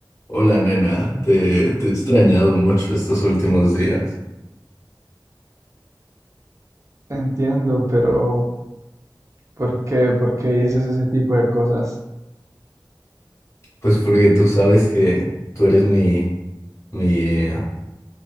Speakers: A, on the left (about 40°); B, on the right (about 40°).
A: Hola nena, te, te he extrañado mucho estos últimos días.
B: Entiendo, pero ¿por qué? ¿Por qué dices ese tipo de cosas?
A: Pues porque tú sabes que tú eres mi, mi, eh,